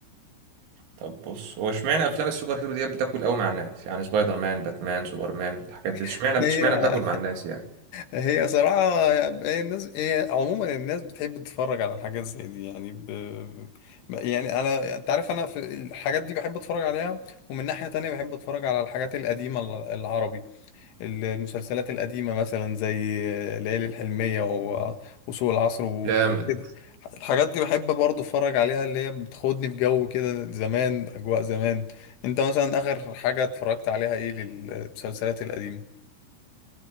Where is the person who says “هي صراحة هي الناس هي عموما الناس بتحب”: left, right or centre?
Left